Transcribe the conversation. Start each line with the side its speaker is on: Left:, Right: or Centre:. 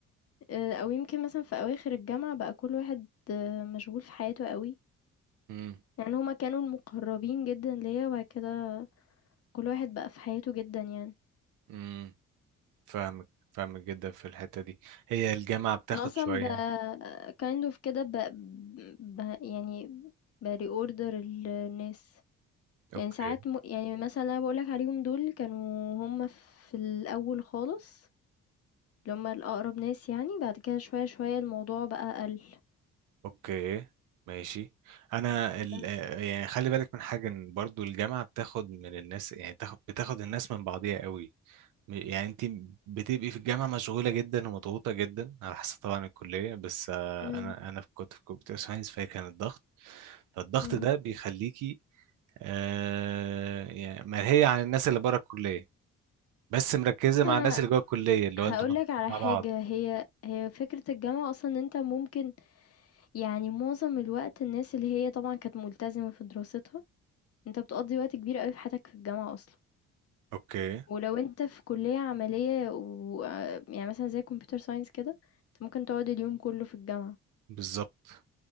Left: آآ، أو يمكن مثلًا في أواخر الجامعة بقى كل واحد أه، مشغول في حياته أوي.
Right: امم
Left: يعني هما كانوا المقربين جدا ليا وبعد كده كل واحد بقى في حياته جدا يعني
Right: امم فاهمك فاهمك جدا في الحتة دي هي الجامعة بتاخد
Left: انا اصلا
Right: شوية
Left: ب kind of كده ب... ب... يعني ب reorder الناس
Right: اوكي
Left: يعني ساعات م... يعني مثلا انا بقولك عليهم دول كانوا هما في الاول خالص اللي هما الاقرب ناس يعني بعد كده شوية شوية الموضوع بقى قل
Right: اوكي ماشي انا ال...
Left: بس
Right: آه، يعني خلي بالك من حاجه ان برضو الجامعه بتاخد من الناس يعني تاخد بتاخد الناس من بعضيها قوي م- يعني انت بتبقي في الجامعه مشغوله جدا ومضغوطه جدا على حسب طبعا الكليه بس آه،
Left: امم
Right: انا انا كنت في كمبيوتر ساينس فهي كان الضغط فالضغط
Left: امم
Right: ده بيخليكي آه يعني مرهيه عن الناس اللي بره الكليه بس مركزه
Left: بص
Right: مع
Left: انا
Right: الناس اللي جوه الكليه اللي
Left: هقولك
Right: هو انتوا مضغوطين
Left: على
Right: مع
Left: حاجة
Right: بعض
Left: هي هي فكرة الجامعة أصلا إن أنت ممكن يعني معظم الوقت الناس اللي هي طبعًا كانت ملتزمة في دراستها، أنت بتقضّي وقت كبير أوي في حياتك في الجامعة أصلًا،
Right: اوكي
Left: ولو أنت في كلية عملية و آآ، يعني مثلًا زي computer science كده، أنت ممكن تقعد اليوم كلّه في الجامعة،
Right: بالظبط